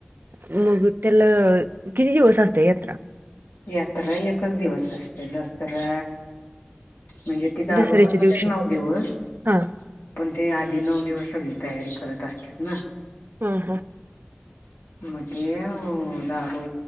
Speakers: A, on the right; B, on the left.
A: मग त्याला किती दिवस असत यात्रा
B: यात्रा एकच दिवस असते दसरा म्हणजे कि दारू
A: दसऱ्याच्या
B: बनवत
A: दिवशी
B: नऊ दिवस
A: हा
B: पण ते आधी नऊ दिवस सगळी तयारी करत असतात ना
A: हा हा
B: मगे दारू